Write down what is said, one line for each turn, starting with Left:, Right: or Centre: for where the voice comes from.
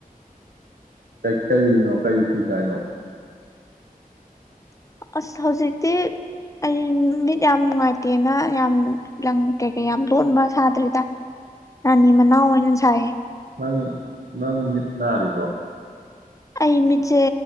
Right: ꯀꯩ ꯀꯩꯅꯣ ꯀꯔꯤ ꯐꯤ ꯁꯥꯏꯅꯣ
Left: ꯑꯁ ꯍꯧꯖꯤꯛꯇꯤ ꯑꯩ ꯃꯤꯠ ꯌꯥꯝ ꯅꯨꯡꯉꯥꯏꯇꯦꯅ ꯌꯥꯝ ꯂꯪ ꯀꯩ ꯃꯌꯥꯝ ꯂꯣꯟꯕ ꯁꯥꯗ꯭ꯔꯤꯗ ꯔꯥꯅꯤ ꯃꯅꯥꯎ ꯑꯣꯏꯅ ꯁꯥꯏꯌꯦ
Right: ꯅꯪ ꯅꯪ ꯃꯤꯠ ꯅꯔꯤꯕꯣ
Left: ꯑꯩ ꯃꯤꯠꯁꯦ